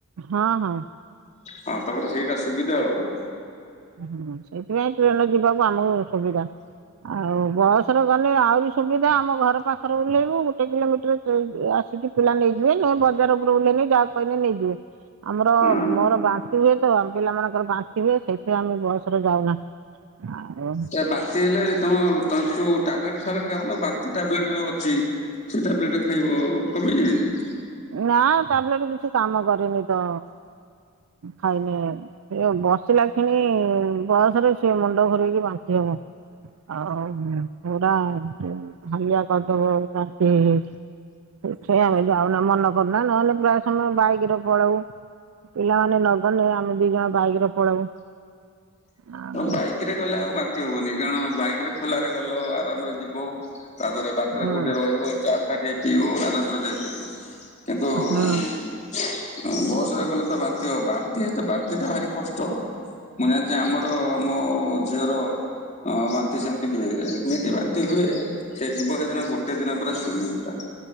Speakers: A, on the right; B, on the left.
A: ହଁ ହଁ।
B: ହଁ ତମର ସେଇଟା ସୁବିଧା ଆଉ।
A: ହୁଁ ସେଇଥିପାଇଁ ଟ୍ରେନରେ ଯିବାକୁ ଆମ ଘର ସୁବିଧା, ଆଉ ବସ ଏଥରେ ଗଲେ ଆହୁରି ସୁବିଧା ଆମ ଘର ପାଖରେ ଓଲ୍ହେଇବୁ ଗୋଟେ କିଲୋମିଟର ଯା ଅ ଆସିକି ପିଲା ନେଇଯିବେ ନ ବଜାର ଉପରକୁ ଓଲ୍ହେଲେ ଯାହା କହିଲେ ନେଇଯିବେ। ଆମର
B: ହଁ।
A: ମୋର ବାନ୍ତି ହୁଏ ତ ଆମ ପିଲାମାନଙ୍କର ବାନ୍ତି ହୁଏ ସେ ସେ ଆମ ବସରେ ଯାଉନା ଆଉ
B: ଏ ବାନ୍ତି ହେଲେ ତମ ତୋ ଟାବ୍ଲେଟ୍ ଫାବେଲ୍ଟ ଖାଉନୁ ବାନ୍ତି ଟାବ୍ଲେଟ୍ ଯୋଉ ଅଛି ସେ ତା ପ୍ଲେଟରେ ଖାଇବ କମି ଯିବନି।
A: ନା ତା ପ୍ଲେଟରେ କିଛି କାମ କରିନି ତ ଖାଇନି। ଏ ବସିଲା ଖିଣୀ ବୟସରେ ସିଏ ମୁଣ୍ଡ ଘୋରେଇକି ବାନ୍ତି ହେବ। ଆଉ ପୁରା ହାଲିଆ କରିଦବ ବାନ୍ତି ହେଇ ହେଇକି। ସେ ଆମେ ଯାଉନା ମନ କରୁନା ନହେଲେ ପ୍ରାୟ ସମୟ ବାଇକରେ ପଳଉ। ପିଲାମାନେ ନଗଲେ ଆମେ ଦି ଜଣ ବାଇକରେ ପଳଉ। ଆଉ
B: ବାଇକରେ ଗଲେ ଆଉ ବାନ୍ତି ହବନି କାରଣ ବାଇକରେ ଖୋଲାରେ ଗଲ ଆରାମରେ ଯିବ। ତାପରେ ବାଟରେ
A: ହୁଁ
B: କୋଉଠି ରହିବ ଚା ଫା ଟିକେ ପିଇବ ଆରାମରେ ଯାଇପାରିବ। କିନ୍ତୁ ଉଁମ
A: ହୁଁ
B: ବସରେ ଗଲେ ତ ବାନ୍ତି ହବ, ବାନ୍ତି ହେତ ବାନ୍ତି ଟା ଭାରି କଷ୍ଟ। ମୁଁ ଜାଣିଛି ଆମର ମୋ ଝିଅର ହଁ ବାନ୍ତି ସେମିତି ହୁଏ ଏମିତି ବାନ୍ତି ହୁଏ ସେ ଯିବ ସେଦିନ ଗୋଟେ ଦିନ ପୁରା ଶୋଇବ ପୁରା,